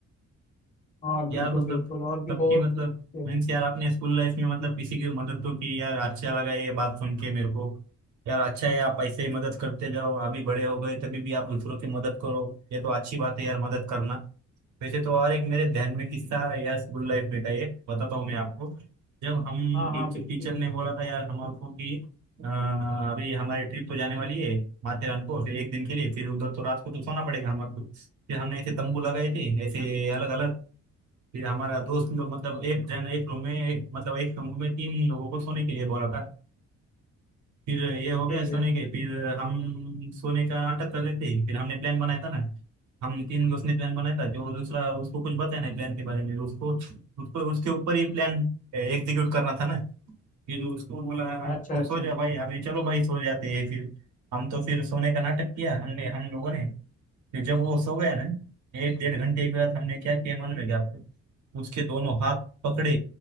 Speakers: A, on the left; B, on the right.
A: हाँ
B: यार
A: बिल्कुल
B: मतलब
A: बिल्कुल और भी
B: सबकी
A: बहुत
B: मतलब
A: से हैं।
B: मीन्स यार आपने स्कूल लाइफ में मतलब किसी की मदद तो की यार अच्छा लगा ये बात सुन के मेरे को यार अच्छा है आप ऐसे ही मदद करते जाओ अभी बड़े हो गए तभी भी आप दूसरों की मदद करो ये तो अच्छी बात है यार मदद करना वैसे तो और एक मेरे ध्यान में किस्सा आ रहा है यार स्कूल लाइफ में का एक बताता हूँ मैं आपको जब हम
A: हाँ
B: टीचर
A: हाँ बिल्कुल
B: टीचर ने बोला था यार हमको कि अ, अभी हमारी ट्रिप तो जाने वाली है माथेरान को फिर एक दिन के लिए फिर उधर तो रात को तो सोना पड़ेगा हमारे को फिर हमने ऐसे तंबू लगाए थे ऐसे अलग अलग फिर हमारा दोस्त लोग मतलब एक जन एक रूम में एक मतलब एक कमरे में तीन लोगों को सोने के लिए बोला था फिर ये हो गया
A: ठीक
B: सोने
A: है
B: के फिर हम सोने का नाटक कर रहे थे फिर हमने प्लान बनाया था ना हम तीन दोस्त ने प्लान बनाया था जो दूसरा उसको कुछ बताया नहीं प्लान के बारे में उसको उसको उसके ऊपर ही प्लान एग्जीक्यूट करना था ना फिर उसको बोला
A: अच्छा
B: तू
A: अच्छा
B: सो जा भाई अभी चलो भाई सो जाते हैं फिर हम तो फिर सोने का नाटक किया हमने हम लोगों ने फिर जब वो सो गया ना एक डेढ़ घंटे के बाद हमने क्या किया मालूम है क्या आपको उसके दोनों हाथ पकड़े